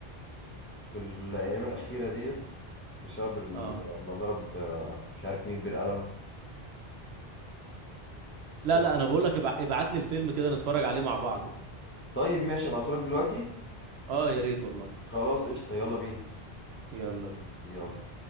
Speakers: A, on the left (about 15°); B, on the right (about 85°).
A: في الايام الاخيره ديت بسبب ال-
B: اه
A: ما ضرب آه، مش عارف مين بالقلم
B: لا
A: شفت
B: لا انا بقول لك ابع... ابعت لي الفيلم كده نتفرج عليه مع بعض
A: طيب ماشي ابعتهولك دلوقتي
B: اه يا ريت والله
A: خلاص قشطة يلا بينا
B: يلا بينا
A: يلا